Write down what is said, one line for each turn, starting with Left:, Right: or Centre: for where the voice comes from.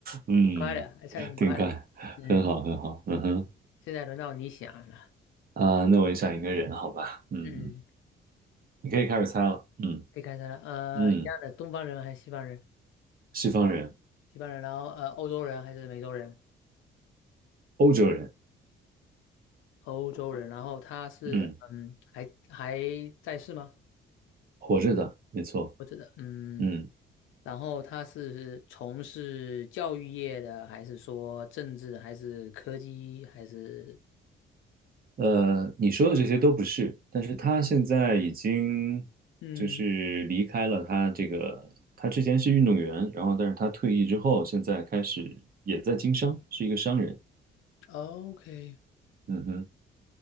Right: 嗯，
Left: 挺快的，还算挺快的。
Right: 挺快，
Left: 嗯，
Right: 很好，很好，嗯哼，
Left: 现在轮到你想了。
Right: 啊，那我也想一个人，好吧，嗯，
Left: 嗯，
Right: 你可以开始猜了，嗯
Left: 可以开始了。呃，
Right: 嗯。
Left: 一样的，东方人还是西方人？
Right: 西方人、
Left: 西方人，然后呃，欧洲人还是美洲人？
Right: 欧洲人，
Left: 欧洲人，然后他是嗯，
Right: 嗯，
Left: 还还在世吗？
Right: 活着的，没错，
Left: 我觉得嗯，
Right: 嗯，
Left: 然后他是从事教育业的，还是说政治，还是科技，还是
Right: 呃，你说的这些都不是，但是他现在已经就是离开了他这个，
Left: 嗯
Right: 他之前是运动员，然后但是他退役之后，现在开始也在经商，是一个商人，
Left: ，OK，
Right: 嗯哼，